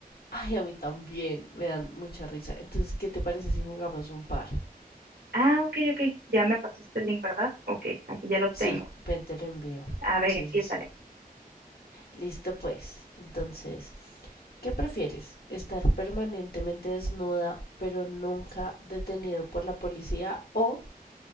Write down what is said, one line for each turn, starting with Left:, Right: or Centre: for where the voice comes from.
Left: Ay, a mí también, me dan mucha risa. Entonces, ¿qué te parece si jugamos un par?
Right: Ah, ok, ok, ya me pasaste el link, ¿verdad? Ok, aquí ya lo tengo.
Left: Sí, ven, te lo envío.
Right: A ver,
Left: Sí,
Right: empiézale.
Left: sí, sí. Listo, pues. Entonces, ¿Qué prefieres? ¿Estar permanentemente desnuda pero nunca detenido por la policía o